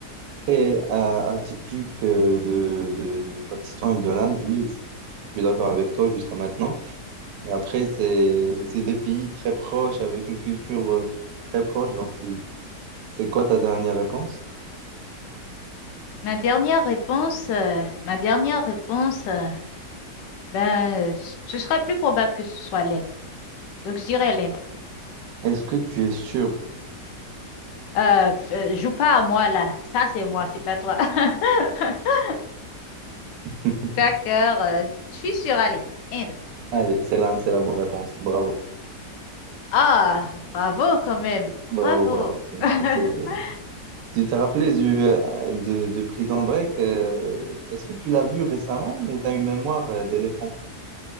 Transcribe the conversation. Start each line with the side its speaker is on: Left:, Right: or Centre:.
Right: Très euh, atypique euh, de, de, de Pakistan et de l'Inde, oui, je, je suis d'accord avec toi jusqu'à maintenant. Mais après, c'est, c'est des pays très proches, avec une culture euh, très proche. Donc, c'est, c'est quoi ta dernière réponse?
Left: Ma dernière réponse, euh, ma dernière réponse, euh, ben, euh, ce sera plus probable que ce soit l'Inde. Donc, je dirais, Lynn,
Right: Est-ce que tu es sûr?
Left: euh, f- euh, joue pas à moi là. Ça, c'est moi, c'est pas toi. <laughs>
Right: <laughs>
Left: D'accord, euh, je suis sûre. Allez, Inde.
Right: Allez, c'est l'Inde, c'est la bonne réponse. Bravo,
Left: Ah, bravo quand même.
Right: bravo,
Left: Bravo.
Right: bravo. Oui,
Left: <laughs>
Right: c'est- Tu t'es rappelé du, euh, de, de Prison Break? euh, Est-ce que tu l'as vu récemment ou tu as une mémoire euh, d'éléphant?